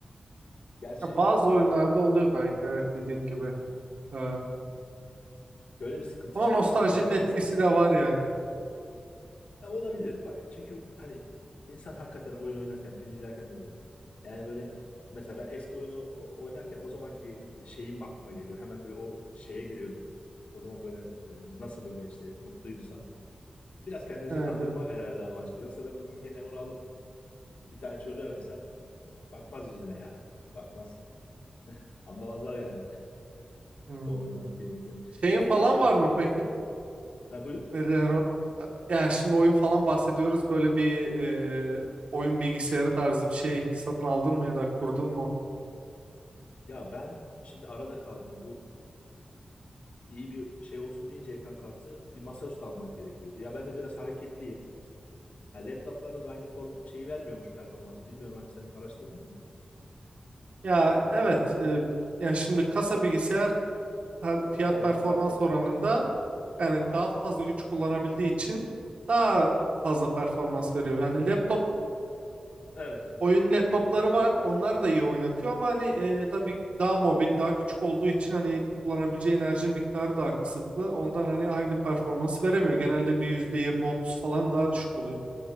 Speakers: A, on the left; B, on the right.
A: Gerçi
B: Ya bazı
A: biraz
B: oyunlarda oluyor belki evet dediğin gibi. Ee,
A: Böyle bir sıkıntı
B: ama
A: çıkarttı
B: nostaljinin
A: o da. Do-
B: etkisi
A: Dosta
B: de var yani.
A: ya olabilir bak. Çünkü hani insan hakikaten oyun oynarken, film izlerken de öyle. Yani böyle mesela ben eski oyunu o- oynarken o zamanki e, şeyim aklıma geliyor. Hemen böyle o şeye giriyorum. O zaman böyle e, nasıl böyle işte mutluydusam. Biraz kendimizi
B: Evet,
A: kandırma
B: evet.
A: herhalde amaçlı. Yoksa ben bugün gene onu alıp bir tane çocuğa versem e, bakmaz yüzüne ya. Bakmaz. Anlamazlar yani <laughs>
B: Hmm.
A: o oyunların kıymetini.
B: Şeyin
A: Onda
B: falan
A: da şöyle
B: var
A: oldu.
B: mı peki?
A: Ha, buyur.
B: Neden denir Yani şimdi oyun falan bahsediyoruz. Böyle bir e, oyun bilgisayarı tarzı bir şey satın aldın mı ya da kurdun mu?
A: Ya ben şimdi arada kaldım. Bu iyi bir şey olsun deyince ekran kartı bir masaüstü almak gerekiyordu. Ya ben de biraz hareketliyim. Ya laptoplarda da aynı form şeyi vermiyormuş performansı. Bilmiyorum hani sen araştırdın mı?
B: Ya evet. e, yani şimdi kasa bilgisayar per- fiyat
A: Her zaman
B: performans
A: farklı.
B: oranında yani daha fazla güç kullanabildiği için daha fazla performans veriyor. Yani laptop
A: Evet.
B: oyun laptopları var. Onlar da iyi oynatıyor ama hani e, tabii daha mobil, daha küçük olduğu için hani kullanabileceği enerji miktarı daha kısıtlı. Ondan hani aynı performans veremiyor. Genelde bir yüzde yirmi, otuz falan daha düşük oluyor.